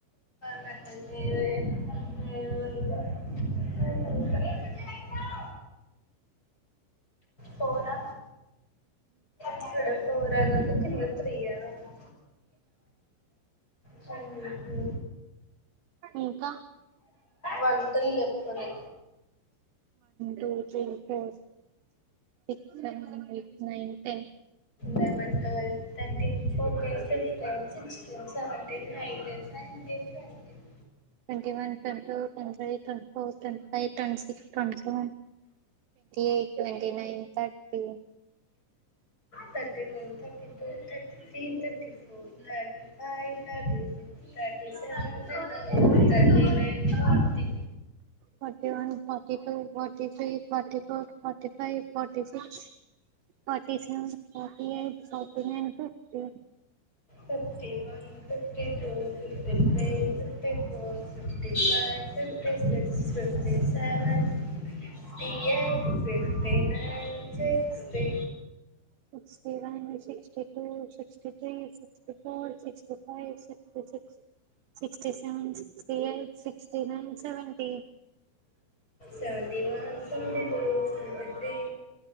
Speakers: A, on the left; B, on the right.
A: ఏం లేదు ఏముంది. ఇంకా. పోనా. ఇక్కడ ఫోర్ అని ఉంది కింద త్రీ అని ఉంది. Four, three.
B: ఇంకా.
A: వన్ టు లెప్పురి
B: two, three, four. Six, seven, eight, nine, ten.
A: Eleven twelve thirteen fourteen, fifteen, sixteen, seventeen, eighteen, nineteen, twenty.
B: Twenty one, twenty two, twenty three twenty four, twenty five, twenty six. ట్వ eight, ట్వ nine, thirty.
A: Thirty one. Thirty three, thirty four, thirty five. Thirty seven, thirty eight, thirty nine, forty.
B: Forty one forty two forty three forty four forty five forty forty six forty seven forty eight forty nine fifty
A: fifty one fifty two fifty three fifty four fifty five fifty six fifty seven fifty eight fifty nine sixty
B: sixty one sixty two sixty three sixty four sixty five sixty six sixty seven sixty eight sixty nine seventy
A: seventy one seventy two seventy three